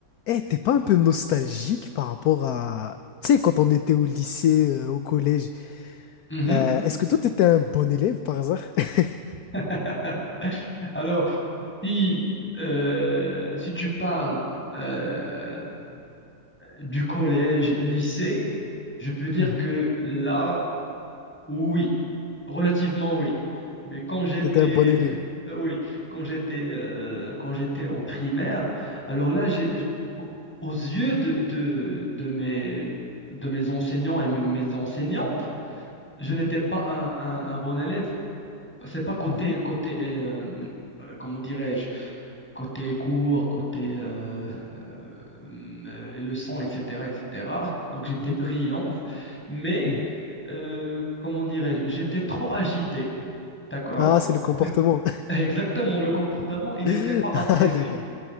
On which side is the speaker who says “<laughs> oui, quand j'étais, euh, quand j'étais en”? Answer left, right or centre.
Centre